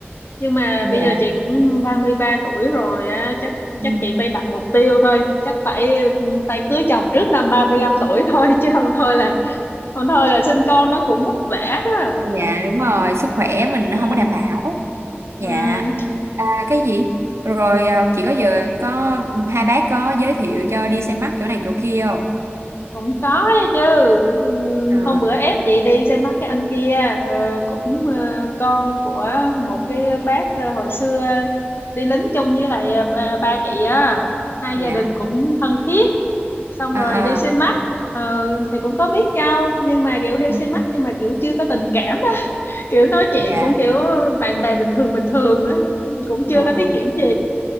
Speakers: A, on the left; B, on the right.
A: Nhưng mà
B: dạ
A: bây giờ chị cũng 33 tuổi rồi á, chắc
B: Ừ.
A: chắc chị phải đặt mục tiêu thôi, chắc phải ừ, phải cưới chồng trước năm 35 tuổi thôi <laughs> chứ không thôi là không thôi là sinh con nó cũng vất vả đó.
B: dạ đúng rồi sức khỏe mình
A: Ừ.
B: không có đảm bảo
A: Ừ.
B: dạ à, cái gì rồi à, chị có giờ có ừ, hai bác có giới thiệu cho đi xem mắt chỗ này chỗ kia không
A: Cũng có ấy chứ. Ừ.
B: à,
A: Hôm bữa ép chị đi xem mắt cái anh kia ờ, cũng ờ, con của một cái bác ờ, hồi xưa đi lính chung với lại ờ, ba, ba chị á, hai
B: dạ
A: gia đình cũng thân thiết xong
B: à,
A: rồi đi xem
B: à,
A: mắt ờ, thì cũng có biết nhau nhưng mà kiểu đi
B: ừ,
A: xem mắt nhưng mà kiểu chưa có tình cảm đó <laughs> kiểu nói chuyện
B: dạ
A: cũng kiểu bạn bè bình thường bình thường ấy cũng chưa
B: ờ,
A: có
B: ờ,
A: tiến triển gì